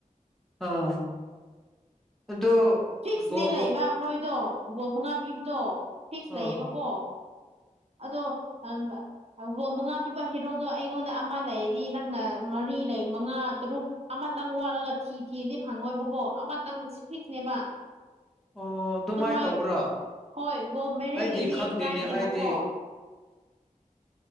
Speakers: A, in the centre; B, on the right (about 50°).
A: ꯑꯥ ꯑꯗꯣ
B: ꯐꯤꯛꯁꯅꯦ
A: ꯒꯣꯜ
B: ꯂꯩꯕ ꯃꯣꯏꯗꯣ ꯒꯣꯜ ꯃꯉꯥ ꯄꯤꯕꯗꯣ ꯐꯤꯛꯁ ꯂꯩꯌꯦꯕꯀꯣ
A: ꯑꯥ
B: ꯑꯗꯣ ꯍꯗ ꯑꯒꯣꯜ ꯃꯉꯥ ꯄꯤꯕ ꯍꯦꯔꯣꯗꯣ ꯑꯩꯉꯣꯟꯗ ꯑꯃ ꯂꯩꯗꯤ ꯅꯪꯅ ꯃꯔꯤ ꯂꯩ ꯃꯉꯥ ꯇꯔꯨꯛ ꯑꯃꯇꯪ ꯋꯥꯠꯂꯒ ꯊꯤ ꯊꯤꯗꯤ ꯐꯪꯉꯣꯏꯕꯀꯣ ꯑꯃꯇꯪ ꯐꯤꯛꯁꯅꯦꯕ
A: ꯑꯣ ꯑꯗꯨꯃꯥꯏꯅ
B: ꯑꯗꯨꯃꯥꯏ
A: ꯇꯧꯕ꯭ꯔꯥ
B: ꯍꯣꯏ ꯒꯣ ꯃꯦꯔꯤꯦꯒꯤꯗꯤ
A: ꯑꯩꯗꯤ ꯈꯪꯗꯦꯅꯦ
B: ꯀꯥꯏꯗꯦꯕꯀꯣ
A: ꯑꯩꯗꯤ